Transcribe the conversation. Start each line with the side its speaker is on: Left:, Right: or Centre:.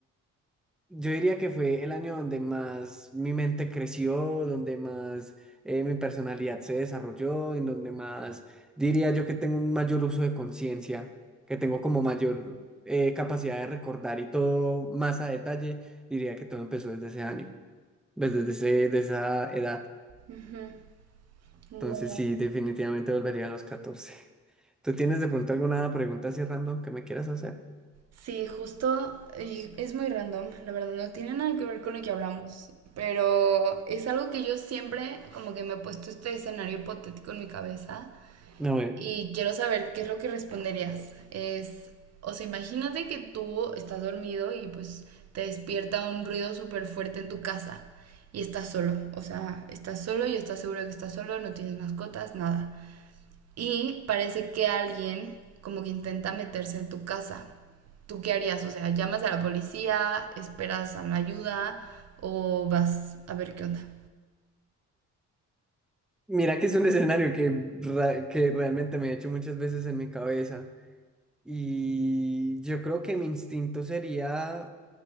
Centre: Yo diría que fue el año donde más mi mente creció, donde más eh, mi personalidad se desarrolló, en donde más diría yo que tengo un mayor uso de conciencia, que tengo como mayor eh, capacidad de recordar y todo más a detalle. Diría que todo empezó desde ese año, pues, desde ese- de esa edad.
Right: Ujú. Wow.
Centre: Entonces sí, definitivamente volvería a los catorce ¿Tú tienes de pronto alguna pregunta así random que me quieras hacer?
Right: Sí, justo, y es muy random, la verdad, no tiene nada que ver con lo que hablamos, pero es algo que yo siempre como que me he puesto este escenario hipotético en mi cabeza
Centre: A ver.
Right: Y quiero saber qué es lo que responderías. Es, o sea, imagínate que tú estás dormido y pues te despierta un ruido súper fuerte en tu casa y estás solo. O sea, estás solo y estás seguro que estás solo, no tienes mascotas, nada. Y parece que alguien como que intenta meterse en tu casa. ¿Tú qué harías? O sea, ¿llamas a la policía, esperas a la ayuda o vas a ver qué onda?
Centre: Mira que es un escenario que, ra- que realmente me he hecho muchas veces en mi cabeza y yo creo que mi instinto sería